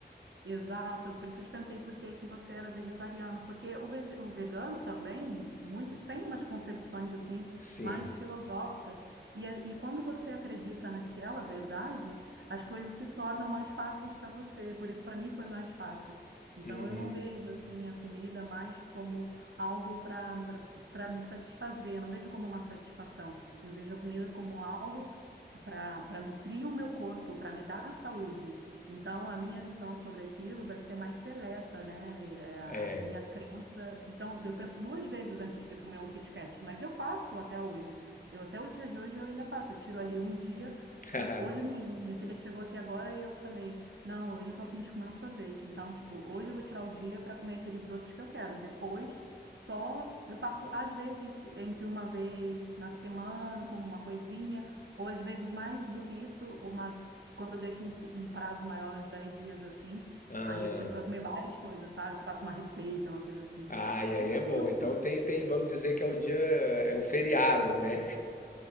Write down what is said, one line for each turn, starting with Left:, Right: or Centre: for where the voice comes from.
Right: Exato, por isso eu te perguntei por que que você era vegetariano, porque o, vege- o vegano também, muitos têm umas concepções assim,
Left: sim.
Right: mais filosóficas, e, a- e quando você acredita naquela verdade, as coisas se tornam mais fáceis para você, por isso para mim foi mais fácil. Então
Left: Uhum.
Right: eu não vejo assim a comida mais como algo para para me satisfazer, não vejo como uma satisfação, eu vejo a comida como algo para para nutrir o meu corpo, para me dar saúde. Então, a minha visão sobre aquilo vai ser mais seleta, né? É, A
Left: É.
Right: minha crença. Então, eu penso duas vezes antes de comer um Kit Kat, mas eu faço até hoje. Eu até o dia de hoje eu ainda faço. Eu tiro ali um dia
Left: <laughs>
Right: que eu, hoje mesmo, minha filha chegou aqui agora e eu falei: "Não, hoje eu tô afim de comer um sorvete". Então, tipo, hoje eu vou tirar o dia para comer aqueles doces que eu quero. Depois, só eu faço às vezes entre uma vez na semana, como uma coisinha ou às vezes mais do que isso, uma quando eu deixo um, cu- um prazo maior, uns 10 dias assim,
Left: Ah.
Right: aí eu tiro para comer várias coisas, sabe? Faço uma receita, uma coisa assim.
Left: Ah, e
Right: Então,
Left: aí é
Right: assim,
Left: bom.
Right: o,
Left: Então tem, tem, vamos dizer que é o dia, é o feriado, né?